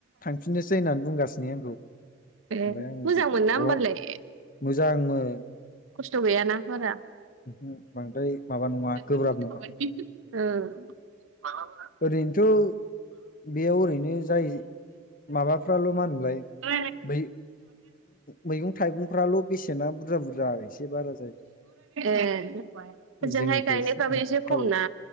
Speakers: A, on the left (about 40°); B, on the right (about 80°).
A: थांफिननोस सै होननानै बुंगासिनो आंखौ।
B: ए
A: ओमफ्राय आं
B: मोजां मोनना
A: अ
B: ओनबालाय।
A: मोजांमोन।
B: खस्थ गैयाना बारा
A: ओहो बांद्राय माबा नङा गोब्राब
B: <inaudible>
A: नङा
B: ओ ह
A: ओरैनोथ बेयाव ओरैनो जाय माबाफ्राल मा होनोमोनलाय?
B: ओ
A: मै मैगं थाइगंफ्राल बेसेना बुरजा बुरजा आरो एसेबार
B: ए ओजोंहाय
A: जोंनिफ्रायसे
B: गायनायफ्राबो एसे खम
A: औ
B: ना